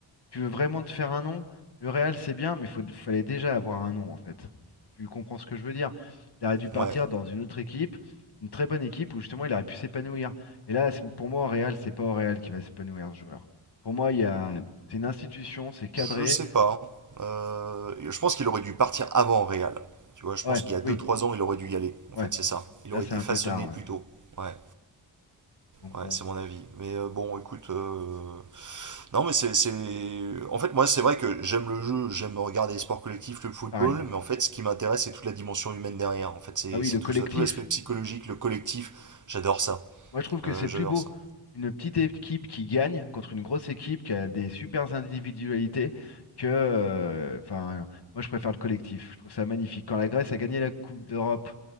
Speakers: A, on the left; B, on the right.
A: tu veux vraiment te faire un nom, le Real c'est bien, mais faut, fallait déjà avoir un nom en fait. Tu, tu comprends ce que je veux dire? Il aurait dû partir
B: ouais,
A: dans une autre équipe, une très bonne équipe où justement il aurait pu s'épanouir. Et là, c'est- pour moi, au Real, c'est pas au Real qui va s'épanouir ce joueur. Pour moi, il y a, c'est une institution, c'est cadré.
B: je sais pas. hein. Euh, je pense qu'il aurait dû partir avant Real. Tu vois, je
A: Ouais,
B: pense qu'il y a
A: oui,
B: deux trois ans, il aurait dû y aller. En
A: ouais.
B: fait, c'est ça. Il
A: Là,
B: aurait
A: c'est
B: été
A: un
B: façonné
A: peu tard.
B: plus
A: ouais.
B: tôt. Ouais,
A: Donc
B: ouais,
A: bon,
B: c'est mon avis. Mais euh, bon, écoute, euh, Non, mais c'est. c'est- En fait, moi, c'est vrai que j'aime le jeu, j'aime regarder les sports collectifs, le football,
A: pareil.
B: mais en fait, ce qui m'intéresse, c'est toute la dimension humaine derrière. En fait, c'est
A: Bah oui,
B: c'est
A: le
B: tout
A: collectif.
B: ça, tout l'aspect psychologique, le collectif. J'adore ça.
A: Moi, je trouve que
B: Euh,
A: c'est plus
B: j'adore
A: beau
B: ça.
A: une petite équipe qui gagne contre une grosse équipe qui a des supers individualités que, euh, enfin, moi, je préfère le collectif. Je trouve ça magnifique. Quand la Grèce a gagné la Coupe d'Europe,